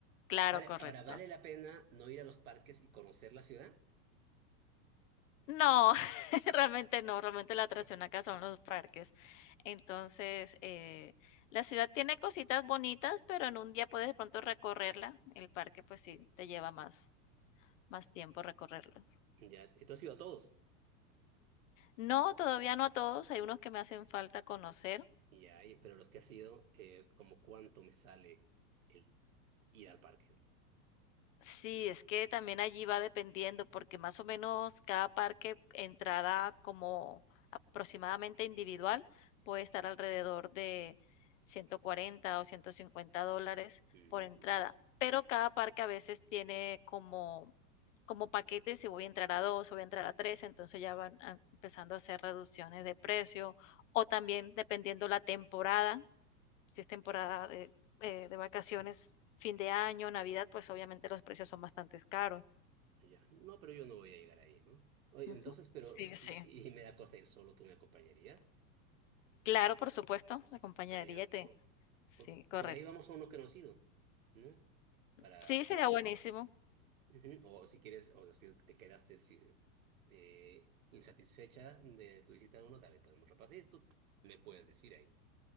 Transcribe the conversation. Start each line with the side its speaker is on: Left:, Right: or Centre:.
Left: Claro,
Right: Vale,
Left: correcto.
Right: ahora, ¿vale la pena no ir a los parques y conocer la ciudad?
Left: No, <laughs> Realmente no, realmente la atracción
Right: No.
Left: acá son los parques. Entonces, eh, la ciudad tiene cositas bonitas, pero en un día puedes de pronto recorrerla. El parque, pues sí, te lleva más, más tiempo recorrerlo.
Right: Ya, entonces he ido a todos,
Left: No, todavía no a todos, hay unos que me hacen falta conocer.
Right: y ya, y- pero los que has sido eh, como cuánto me sale el ir al parque.
Left: Sí, es que también allí va dependiendo, porque más o menos cada parque, entrada como aproximadamente individual, puede estar alrededor de 140 o 150 dólares
Right: Ujú.
Left: por entrada. Pero cada parque a veces tiene como, como paquetes, si voy a entrar a dos, o voy a entrar a tres, entonces ya van a- empezando a hacer reducciones de precio, o también dependiendo la temporada, si es temporada de, eh, de vacaciones, fin de año, Navidad, pues obviamente los precios son bastante caros.
Right: Ya, no, no, pero yo no voy a llegar ahí, ¿no? Oye,
Left: Ujú.
Right: entonces, pero,
Left: Sí, sí.
Right: y, y me da cosa ir solo, ¿tú me acompañarías?
Left: Claro, por supuesto, la compañería
Right: Allá.
Left: te...
Right: o
Left: Sí, correcto.
Right: por ahí vamos a uno conocido, ¿no? Para,
Left: Sí, sería buenísimo.
Right: ujú, O si quieres, o si te quedaste si- eh, insatisfecha de tu visita a uno, también podemos repartir. Tú me puedes decir ahí.